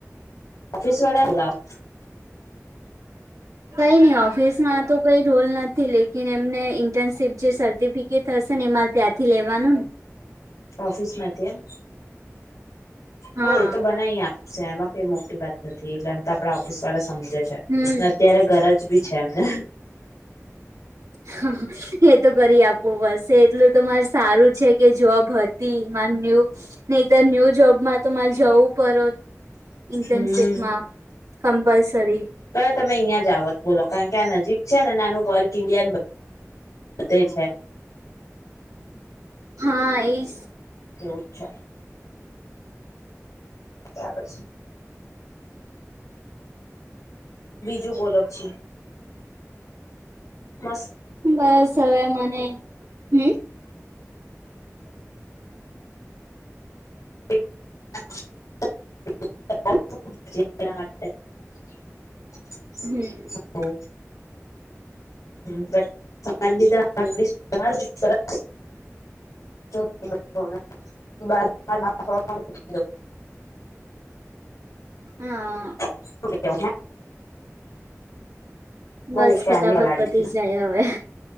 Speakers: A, on the left; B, on the right.
A: ઓફિસ વાળા બોલાવ
B: કઈ નહી ઓફિસ માં તો કઈ રોલ નથી લેકીન એમને ઇન્ટર્નશીપ જે સર્ટિફિ કેટ થશે ને એ મારે ત્યાંથી લેવાનુંન
A: ઓફિસમાંથી એમ
B: હા
A: હો એ તો બનાઈ આપશે એમાં કઈ મોટી વાત નથી એટલેમ તો આપડા ઓફિસ વાળા સમજે છે
B: હમ
A: અત્યારે ઘરજ બી છે એમને.
B: હા એ તો કરી આપું બસે એટલું તો મારે સારું છે કે જોબ હત તી મારે ન્યૂ નહીતર ન્યૂ જોબમાં તો મારે જવું પડત ઇન્ટરનશિપમાં
A: હમ
B: કંપલસરી
A: તય તમે અહીં જાવ જ બોલો કારણ કે આ નજીક છે ને નાનું વર્ક ઇન્ડિયન વધ છે.
B: હા એજ
A: એવું છે. તા પછી બીજું બોલક છે. મ <inaudible>
B: બસ હવે મને હમ.
A: <inaudible>
B: હ
A: <inaudible>
B: હમ્મ
A: હો હ આપ <inaudible> <inaudible>
B: હા
A: હ <inaudible> બહુ
B: બસ
A: ક્યારની
B: ફટાફત
A: પલાળી
B: પતી જ જાય હવે